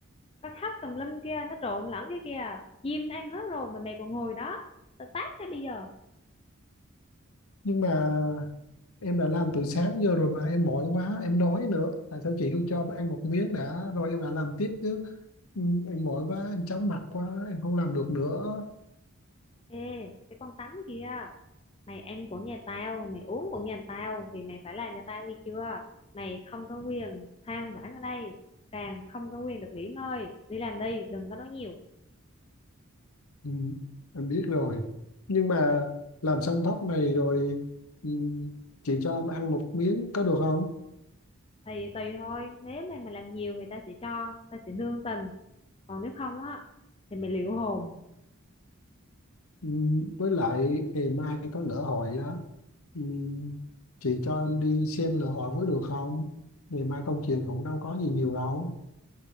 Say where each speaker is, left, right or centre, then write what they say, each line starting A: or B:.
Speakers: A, on the left; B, on the left.
A: Cái thóc tùm lum kia Nó trộn lẫn cái kia Chim nó ăn hết rồi Mà mày còn ngồi đó Tao tát cái bây giờ
B: nhưng mà em đã làm từ sáng giờ rồi mà em mỏi quá em đói nữa tại sao chị không cho em ăn một miếng đã rồi em đã làm tiếp chứ ừ, em mỏi quá em chóng mặt quá em không làm được nữa
A: Ê Cái con Tắm kia Mày ăn của nhà tao Mày uống của nhà tao thì mày phải làm cho tao nghe chưa Mày không có quyền than vãn ở đây Càng không có quyền được nghỉ ngơi Đi làm đi Đừng có nói nhiều
B: ừ, em biết rồi nhưng mà làm xong thóc này rồi ừ, chị cho em ăn một miếng có được không
A: thì tùy thôi nếu mà mình làm nhiều người ta sẽ cho ta sẽ nương tình còn nếu không á thì mình liệu hồn
B: ừ, với lại ngày mai có lỡ hội á Ừ, chị cho em đi xem lễ hội mới được không? Ngày mai công chuyện cũng đâu có gì nhiều đâu.